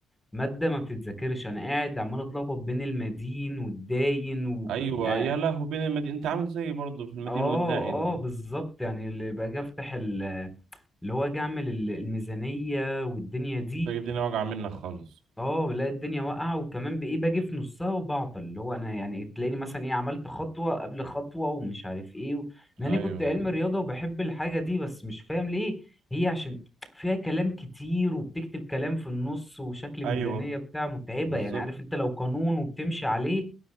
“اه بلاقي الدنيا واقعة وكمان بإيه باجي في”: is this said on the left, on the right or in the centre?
Centre